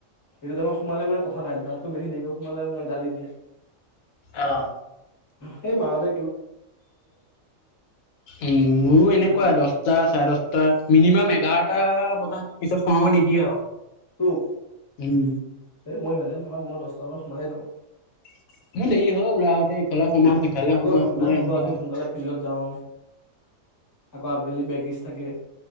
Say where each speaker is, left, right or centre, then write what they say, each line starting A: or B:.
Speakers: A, on the left (about 20°); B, on the left (about 85°).
A: সেইটো তাইমত সোমালে মানে কথাই তাতকৈ বেছি দেৰিকে হোমালে মাই গালি দিয়ে
B: আহ।
A: সেই মা হতে
B: উম মোৰো
A: সেইটো
B: এনেকুৱা
A: কাৰণে
B: দহটা চাৰে দহটা মিনিমাম এঘাৰটা বজাত পিছত সোমাব নিদিয়ে আৰু
A: তোক
B: উম
A: এই মই ইমান টাইম নহয় মই দহটা মানত সোমাই যাওঁ
B: ন দেৰি হয় ওলাই আহোতে ইফালে সোমাও সিফালে
A: আকৌ
B: সোমাও
A: ৰাতিপুৱা
B: সোমাই আহোতে
A: উঠি
B: আহোতে।
A: সোনকালে ফিল্ডত যাওঁ আকৌ আবেলি বেগিজ থাকে।